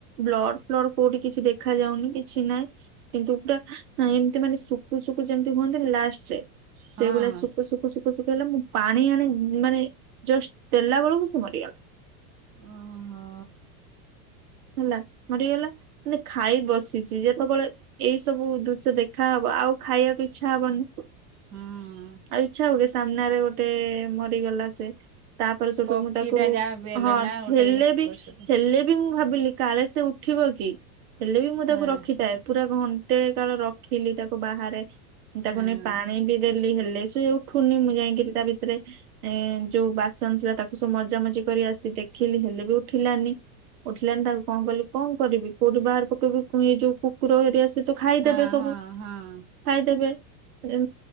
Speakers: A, on the right; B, on the right.
A: ବ୍ଲଡ ର କୋଉଠି କିଛି ଦେଖା ଯାଉନି କିଛି ନାହିଁ। କିନ୍ତୁ ପୁରା ହଁ ଏମିତି ମାନେ ଶୁକୁ ଶୁକୁ ଯେମିତି ହୁଅନ୍ତିନି, ଲାଷ୍ଟ ରେ
B: ହଁ
A: ସେଇଭଳିଆ ଶୁକୁ ଶୁକୁ ଶୁକୁ ଶୁକୁ ମୁଁ ପାଣି ଆଣି ମାନେ ଜଷ୍ଟ ଦେଲା ବେଳକୁ ସେ ମରିଗଲା।
B: ଓ ହଁ।
A: ହେଲା ମରିଗଲା। ମାନେ ଖାଇ ବସିଛି ଯେତେବେଳେ ଏଇ ସବୁ ଦୃଶ୍ୟ ଦେଖାହବ ଆଉ ଖାଇବାକୁ ଇଚ୍ଛା ହବନି।
B: ହୁଁ
A: ଆଉ ଇଛା ହବକି, ସାମ୍ନାରେ ଗୋଟେ ମରିଗଲା ଯେ। ତାପରେ ସେଠୁ
B: ପକ୍ଷୀଟା
A: ମୁଁ ତାକୁ
B: ଯାହା ବି ହେଲେ
A: ହଁ
B: ନା ଗୋଟେ
A: ହେଲେ ବି
B: ପଶୁଟେ
A: ହେଲେ ବି ମୁଁ ମୁଁ ଭାବିଲି କାଳେ ସେ ଉଠିବ କି, ହେଲେ ବି ମୁଁ ତାକୁ
B: ହଁ
A: ରଖିଥାଏ। ପୁରା ଘଣ୍ ଟେ କାଳ ରଖିଲି ତାକୁ ବାହାରେ, ତାକୁ
B: ହଁ।
A: ନେଇ ପାଣି ବି ଦେ ହେଲେ ସିଏ ଉଠୁନି। ମୁଁ ଯାଇକରି ତା ଭିତରେ ଯୋଉ ବାସନ ଥିଲା ତାକୁ ସବୁ ମଜାମଜି କରି ଆସି ଦେଖିଲି ହେଲେ ବି ଉଠିଲାନି। ଉଠିଲାନି, ତାକୁ କଣ କଲି କଣ କରିବି କୋଉଠି ବାହାର ପକେଇବି, ଏଇ ଯୋଉ କୁକୁର ହେରିକା ସେ ତ ଖାଇଦେବେ
B: ହଁ
A: ସବୁ
B: ହଁ ହଁ।
A: ଖାଇଦେବେ। ଉଁ